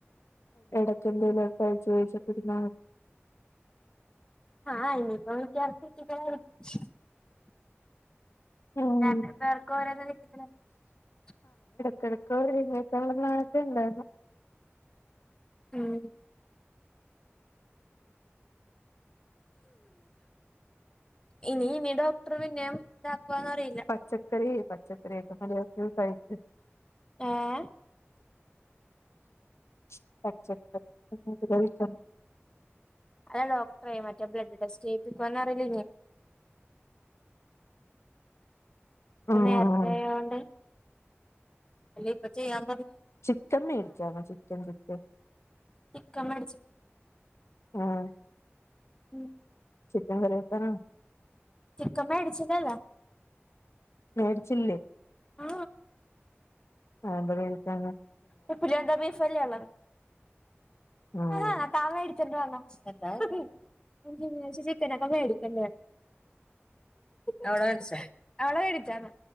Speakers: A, on the left; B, on the left.
A: <unintelligible> <unintelligible>
B: ആഹ ഇനിപ്പ <unintelligible>
A: ഉം
B: ഞ പേർക്കും ഓരോന്ന് <unintelligible>
A: കെടക്ക എഴുന്നക്ക <unintelligible>
B: ഉം ഇനി ഇനി ഡോക്ടർ പിന്നേം അറിയില്ല
A: പച്ചക്കറി പച്ചക്കറിയൊക്കെ <unintelligible> തൈക്
B: ഏ ഹ്
A: <unintelligible>
B: അല്ല ഡോക്ടറൊയി മറ്റേ ബ്ലഡ് ടെസ്റ്റ് ചെയ്യിപ്പിക്കുവന്ന അറിയില്ല ഇപ്പൊ
A: ആഹ്
B: നേരത്തെയായൊണ്ട് അല്ലെ പ്പചെയ്യാം
A: ചിക്കൻ മേടിചോന്ന് ചിക്കൻ ചിക്കൻ
B: ഇക്കൻ മേഡ്ച്
A: ആഹ്
B: ഉം
A: ചിക്കൻ കറിവെക്കാനാ
B: ചിക്കൻ മേടിച്ചതല്ല
A: മേടിച്ചില്ലേ
B: ആ
A: ആങ്കർ <unintelligible>
B: ഇ പുര്യന്ത ബീഫല്ലേ ഉള്ളത്
A: ഉം
B: അഹാ താൻമേടിച്ചോണ്ട്‌ വന്ന <unintelligible> <unintelligible> ചിക്കനൊക്കെ മേടിക്കണ്ടേ അവടെ വേടിച്ചോ